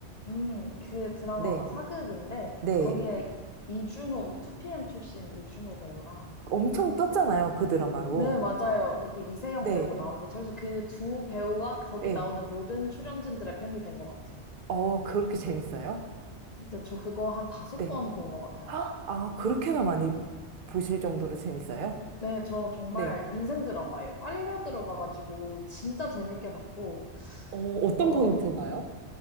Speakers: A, on the left (about 55°); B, on the right (about 55°).
A: 음, 그 드라마가
B: 네,
A: 사극인데
B: 네.
A: 거기에 이준호 2PM 출신 이준호 배우랑
B: 엄청 떴잖아요, 그 드라마로.
A: 네, 맞아요. 그 그 이세영
B: 네,
A: 배우 나오는데, 그래서 그 두 배우와 거기
B: 네.
A: 나오는 모든 출연진들의 팬이 된 것 같아요.
B: 어, 그렇게 재밌어요?
A: 근데 저 그거 한 다섯
B: 네.
A: 번 본 것 같아요.
B: 아, 아, 그렇게나 많이 보실 정도로 재밌어요?
A: 네, 저 정말
B: 네,
A: 인생 드라마예요. 빨려 들어가가지고 진짜 재밌게 봤고,
B: 어, 어떤
A: 어,
B: 포인트가요?